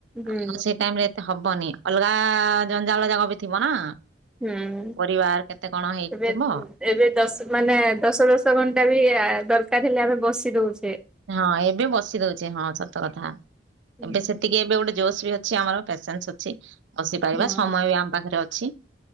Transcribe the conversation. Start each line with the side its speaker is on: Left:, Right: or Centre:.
Centre: ହୁଁ
Right: ଆଉ ସେ ଟାଇମ୍ ରେ ହବନି ଅଲଗା ଜଞ୍ଜାଳ ଜାକ ବି ଥିବ ନା।
Centre: ହୁଁ ହୁଁ।
Right: ପରିବାର କେତେ କଣ ହେଇକି
Centre: ଏବେ
Right: ଥିଲା?
Centre: ଏବେ ଦଶ ମାନେ ଦଶ ଦଶ ଘଣ୍ଟା ବି ଦରକାରେ ହେଲେ ଆମେ ବସି ଦୋଉଛେ।
Right: ହଁ ଏବେ ବସି ଦୋଉଛେ ହଁ ସତ କଥା
Centre: ହୁଁ
Right: ଏବେ ସେତିକି ଏବେ ଗୋଟେ ଜୋସେରେ। ଅଛି ଆମର ପେସେନ୍ସେ ଅଛି ବସିପାଇବା
Centre: ହଁ
Right: ସମୟ ବି ଆମ ପାଖରେ ଅଛି।